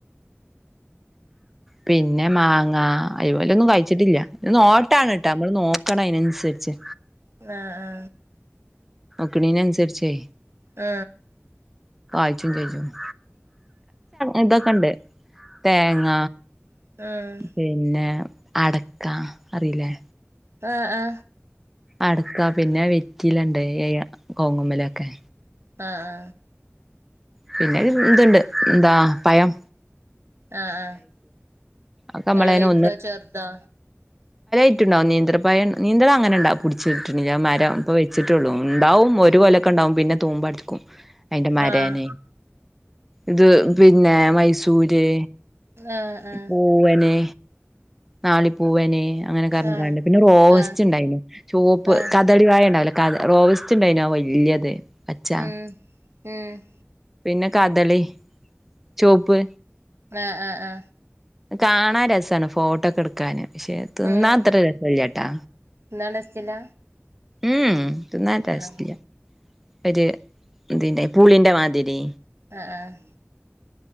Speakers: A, in the centre; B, on the right.
A: പിന്നെ മാങ്ങ ഐമോലൊന്നും ഒന്നും കഴിച്ചിട്ടില്ല നോട്ടാണട്ടാ നമ്മള് നോക്കണം അതിനനുസരിച്ച്
B: ആ ആ
A: ക്ക്‌ണീനനുസരിച്ചേ
B: ആ
A: ഇജ്ജ് ഇതൊക്കെണ്ട് തേങ്ങ
B: ഉം ഉം
A: പിന്നെ
B: ഉം
A: അടക്ക, അറിയില്ലേ?
B: ആ ആ
A: അടക്കാ പിന്നെ വെറ്റിലണ്ട് കോവ്‌ങ്ങ് മേലൊക്കെ
B: ആ ആ
A: പിന്നെ ഇ ഇത്ണ്ട് എന്താ പയം
B: ആ ആ
A: ഒക്കെ നമ്മളതിനെ
B: എടെ വലുതെ ചെറ്തൊ?
A: റ്റുണ്ടാവും നേത്രപഴ നേന്ത്ര അങ്ങനെ ഉണ്ടാ പുട്ച്ച് കിട്ട്ണ്‌ല്ല മരം ഇപ്പം വെച്ച്ട്ടൊള്ളു ഇണ്ടാവും ഒരു കൊലൊക്കേണ്ടാവും പിന്നെ തൂമ്പാട് ക്കും അയിന്റെ മരേനേ
B: ആഹ്
A: ഇത് പിന്നെ മൈസൂര്
B: ആഹ് ആഹ്
A: പൂവന് ഞാലിപൂവന് അങ്ങനെക്കേറഞ്ഞ്ക്കാണ്ട്
B: ആഹ്
A: പിന്നെ റോവസ്റ്റ്ണ്ടായിന്
B: ആഹ്
A: ചോപ്പ്
B: ആഹ്
A: കദളി വായ ഇണ്ടാവൂല്ലേ കദ റോവസ്റ്റ്ണ്ടായിനാ വല്ല്യത് പച്ചാ
B: ഉം ഉം
A: പിന്നെ കദളി ചോപ്പ്
B: ആ ആ ആ
A: കാണാൻ രസാണ് ഫോട്ടോക്കെട്ക്കാന് പക്ഷെ തിന്നാ
B: ഉം
A: അത്ര രസല്ലാട്ടാ
B: എന്നാ ഡസ്റ്റില്ല
A: മ്മ് മ്മ് തിന്നാൻ ടെസ്റ്റ്‌
B: ആഹ് ആഹ്
A: ഇല്ല ഇതിന്റെ പൂളിന്റെ മാതിരി
B: ആ ആ